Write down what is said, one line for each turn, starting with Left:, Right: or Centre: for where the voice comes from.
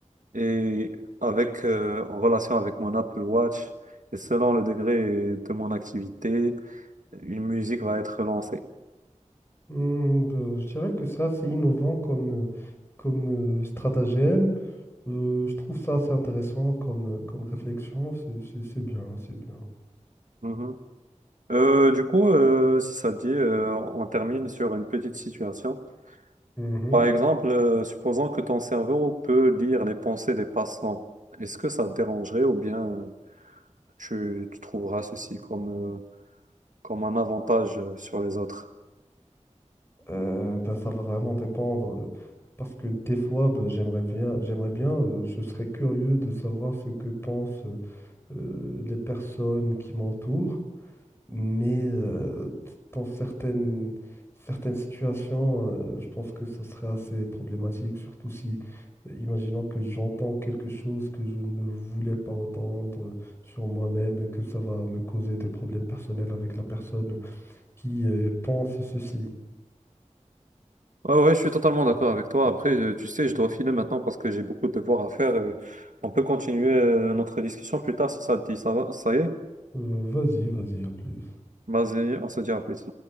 Right: et avec, euh, en relation avec mon Apple Watch, et selon le degré de mon activité, une musique va être lancée.
Left: Hmm, ben, je dirais que ça, c'est innovant comme, euh, comme euh, stratagème. Euh, je trouve ça assez intéressant comme, euh, comme réflexion. C'est c'est- c'est bien, c'est bien.
Right: Mhm. Euh, du coup, euh, si ça te dit, euh, on termine sur une petite situation.
Left: Mhm.
Right: Par exemple, euh, supposons que ton cerveau peut lire les pensées des passants. Est-ce que ça te dérangerait ou bien euh, tu, tu trouveras ceci comme, euh, comme un avantage euh, sur les autres?
Left: Euh, ben, ça va vraiment dépendre. euh, Parce que des fois, ben, j'aimerais bien, j'aimerais bien, euh, je serais curieux de savoir ce que pense. euh, euh, les personnes qui m'entourent, mais euh, dans certaines, certaines situations, euh, je pense que ce serait assez problématique, surtout si, euh, imaginons que j'entends quelque chose que je ne voulais pas entendre sur moi-même et que ça va me causer des problèmes personnels avec la personne qui euh, pense ceci.
Right: Ouais, ouais, je suis totalement d'accord avec toi. Après, euh, tu sais, je dois filer maintenant parce que j'ai beaucoup de devoirs à faire. euh, On peut continuer euh, notre discussion plus tard si ça te dit. Ça va, ça y est?
Left: Euh, vas-y, vas-y, à plus.
Right: Vas-y, on se dit à plus.